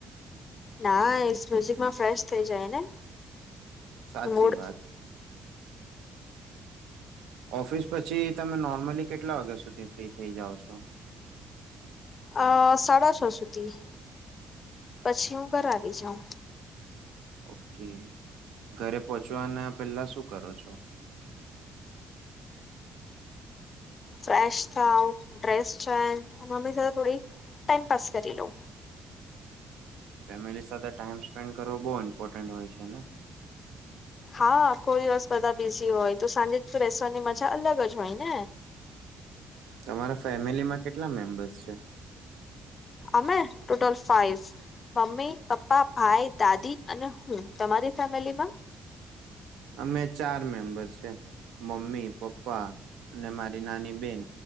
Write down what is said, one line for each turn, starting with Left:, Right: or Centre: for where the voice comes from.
Left: ના એ મ્યુઝિકમાં ફ્રેશ થઈ જાય ને?
Right: સાચી
Left: મૂડ
Right: વાત. ઓફિસ પછી, તમે નોર્મલી કેટલા વાગ્યા સુધી ફ્રી થઈ જાઓ છો?
Left: અ સાડા છ સુધી. પછી હું ઘર આવી જાઉં.
Right: ઓકે ઘરે પહોંચવાના પહેલા શું કરો છો?
Left: ફ્રેશ થાવ. Dress change. અને મમ્મી સાથે થોડી ટાઈમ પાસ કરી લોઉ.
Right: ફેમિલી સાથે ટાઈમ સ્પેન્ડ કરવો બહુ ઇમ્પોર્ટન્ટ હોય છે ને?
Left: હા! આખો દિવસ બધા બીઝી હોય તો, સાંજે જ તો રસવાની મજા અલગ જ હોય ને?
Right: તમારા ફેમિલી માં કેટલા મેમ્બર્સ છે?
Left: અમે? ટોટલ ફાઇવ મમ્મી, પપ્પા, ભાઈ, દાદી અને હું. તમારી ફેમિલી માં?
Right: અમે ચાર મેમ્બર છે. મમ્મી, પપ્પા અને મારી નાની બેન